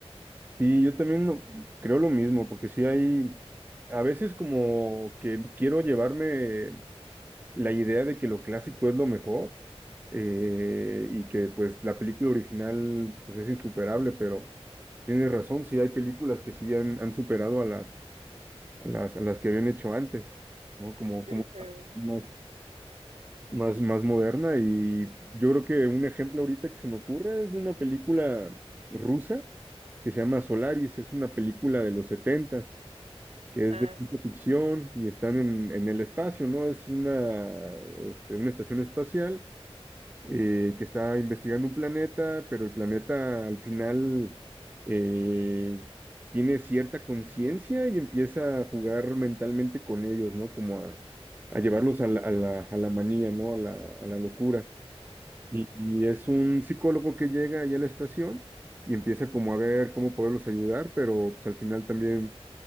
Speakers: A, on the right; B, on the right.
A: Sí, yo también lo- creo lo mismo, porque sí hay, a veces como que quiero llevarme la idea de que lo clásico es lo mejor eh, y que pues la película original pues es insuperable, pero tienes razón, sí hay películas que sí han, han superado a las a las, a las que habían hecho antes, ¿no? Como,
B: Ujú.
A: como más, más, más moderna. Y yo creo que un ejemplo ahorita que se me ocurre es de una película rusa que se llama Solaris, es una película de los setentas, que es
B: Ah,
A: de ciencia
B: sí.
A: ficción y están en, en el espacio, ¿no? Es una, este, una estación espacial eh, que está investigando un planeta, pero el planeta al final eh, tiene cierta conciencia y empieza a jugar mentalmente con ellos, ¿no? Como a, a llevarlos a la, a la, a la manía, ¿no? A la, a la locura. Y, y es un psicólogo que llega allá a la estación y empieza como a ver cómo poderlos ayudar, pero pues al final también